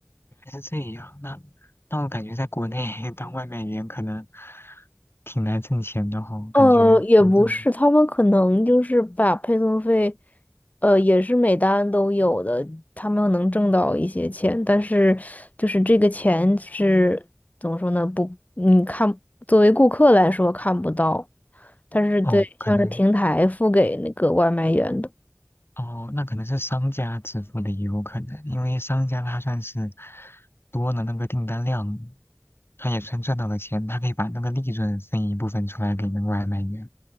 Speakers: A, on the left; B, on the left.
A: 原来是这样。那那我感觉在国内 <laughs> 当外卖员可能挺难挣钱的哈，
B: 呃，
A: 感觉怎么怎么样
B: 也不是，他们可能就是把配送费，呃，也是每单都有的，他们能挣到一些钱，但是就是这个钱是怎么说呢？不，你看，作为顾客来说看不到，但是对，
A: 哦，可能
B: 像是平台付给那个外卖员的，
A: 哦，那可能是商家支付的也有可能，因为商家他算是多了那个订单量，他也算赚到了钱，他可以把那个利润分一部分出来给那个外卖员。